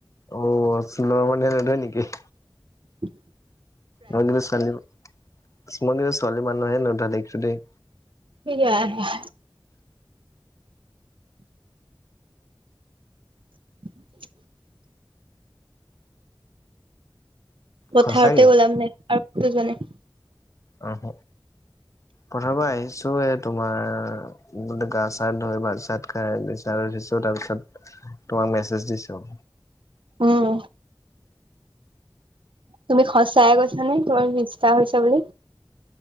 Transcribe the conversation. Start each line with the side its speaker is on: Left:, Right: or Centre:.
Left: অহ চিলৰ মানে সেইটো নেকি
Right: উম
Left: মই কিন্তু ছোৱালী কিছুমানে ছোৱালী মানুহে নোধোৱা দেখিলো দেই।
Right: কিয়া অ। <unintelligible> পথাৰতে
Left: সঁচাকে।
Right: ওলাম নে আৰু কতো যোৱা নাই
Left: আহ পথাৰত পৰা আহিছো এ তোমাৰ। প্ৰথমতে গা চা ধুই ভাত চাত খাইছো বিচনাত উঠিছো তাৰপিছত। তোমাক মেছেজ দিছোঁ।
Right: উম তুমি সঁচাই কৈছা নে তোমাৰ বিছটো হৈছে বুলি